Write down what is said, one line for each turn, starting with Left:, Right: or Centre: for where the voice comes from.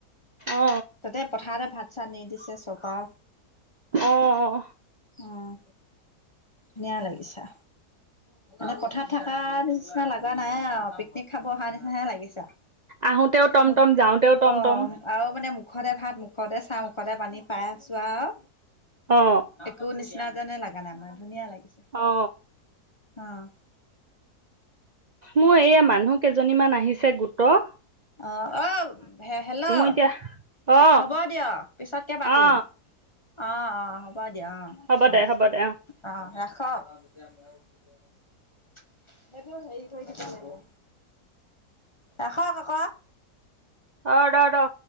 Right: অ
Left: তাতে পথাৰতে ভাত চানি দিছে চপা।
Right: আহ,
Left: উম ধুনীয়া লাগিছা। অ পথাৰত থাক। তাৰ নিচিনা লগা নাই অ পিকনিক খাব। অ তাৰ নিচিনা হে লাগিছা
Right: আহোতেও টমটম
Left: মোক
Right: যাওঁতেও টমটম
Left: অ আৰু মানে মুখতে ভাত মুখতে চা মুখতে পানী পাই আছো আৰু
Right: অ
Left: এক ক নিচনা। আনে লাগা নাই আমাৰ ধুনীয়া লাগিছে।
Right: অ
Left: আহ,
Right: মোৰ এইয়া মানুহ কেইজনীমান আহিছে গোট ত'
Left: অ', অ', হে-হেল্ল'!
Right: এতিয়া অ
Left: হ'ব দিয় পিছতকে পাতিম,
Right: অ
Left: অ', অ', হ'ব দিয় অ',
Right: হ'ব
Left: অ',
Right: দে হ'ব দে
Left: অ', ৰাখক। জানোঁ আৰু <unintelligible> হেইটো হেৰি কৰি দিব লাগিব, ৰাখক আকৌ।
Right: অ', ৰ, ৰ'।